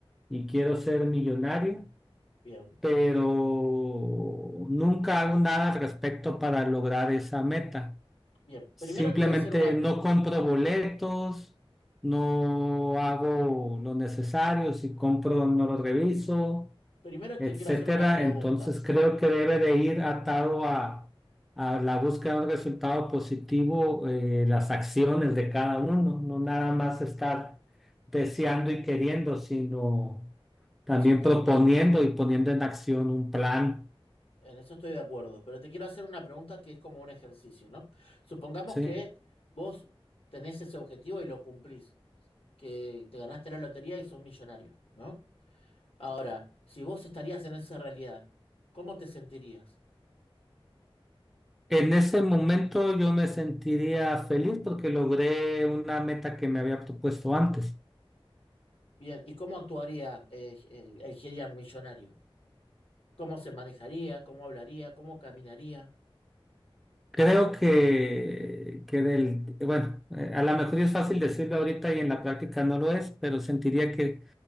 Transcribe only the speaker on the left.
Bien,
bien.
Primero te voy a hacer una,
pr-
primero
te quiero hacer una pregunta.
Sí, también.
En eso estoy de acuerdo, pero te quiero hacer una pregunta que es como un ejercicio, ¿no? Supongamos
que vos tenés ese objetivo y lo cumplís, que te ganaste la lotería y sos millonario, ¿no? Ahora, si vos estarías en esa realidad, ¿cómo te sentirías?
Bien, ¿y cómo actuaría eh, eh, el Gideon millonario? ¿Cómo se manejaría? ¿Cómo hablaría? ¿Cómo caminaría?